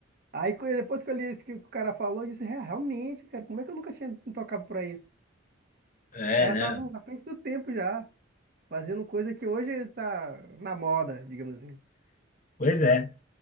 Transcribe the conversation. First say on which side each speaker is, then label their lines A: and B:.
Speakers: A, on the right (about 50°); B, on the left (about 40°).
A: Aí co- depois que eu li isso que o cara falou, eu disse, "É, realmente, cara, como é que eu nunca tinha me tocado pra isso?
B: É,
A: Os caras
B: né?
A: estavam à frente do tempo já, fazendo coisa que hoje tá na moda, digamos assim.
B: Pois é.